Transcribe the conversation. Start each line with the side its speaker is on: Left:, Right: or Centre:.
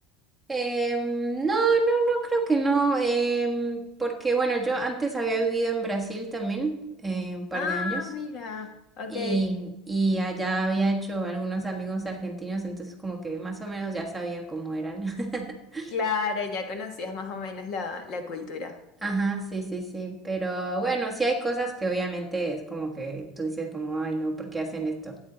Centre: Em, no, no, no creo que no, em, porque bueno, yo antes había vivido en Brasil también eh, un par
Left: Ah,
Centre: de años
Left: mira, ok.
Centre: y, y allá había hecho algunos amigos argentinos, entonces como que más o menos ya sabía cómo eran. <laughs>
Left: Claro, ya conocías más o menos la, la cultura.
Centre: Ajá, sí, sí, sí, pero bueno, sí hay cosas que obviamente es como que tú dices como, ay, no, ¿por qué hacen esto?